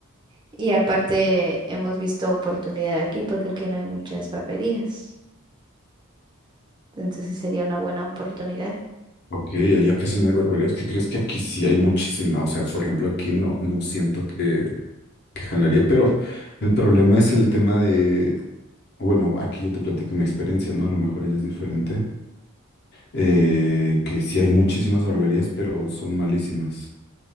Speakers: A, on the right; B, on the left.
A: Y aparte hemos visto oportunidad aquí porque aquí no hay muchas barberías. Entonces sería una buena oportunidad.
B: Ok, allá casi no hay barberías. ¿Qué crees que aquí sí hay muchísima? O sea, por ejemplo, aquí no, no siento que, que jalaría, pero el problema es el tema de, bueno, aquí yo te platico mi experiencia, ¿no? A lo mejor allá es diferente. Eh, que sí hay muchísimas barberías, pero son malísimas.